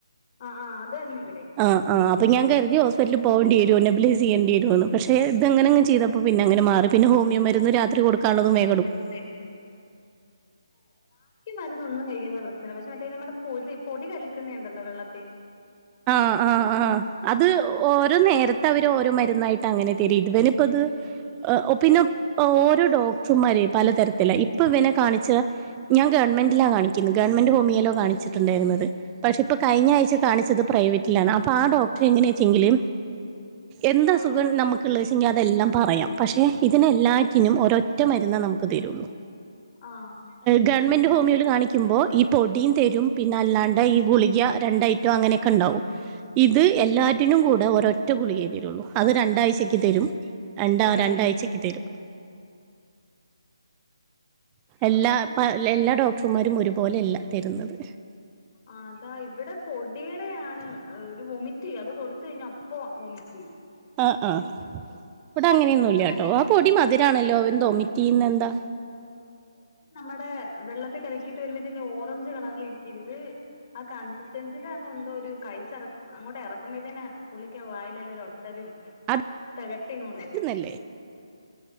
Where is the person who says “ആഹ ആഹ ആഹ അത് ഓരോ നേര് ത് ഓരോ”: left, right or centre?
Right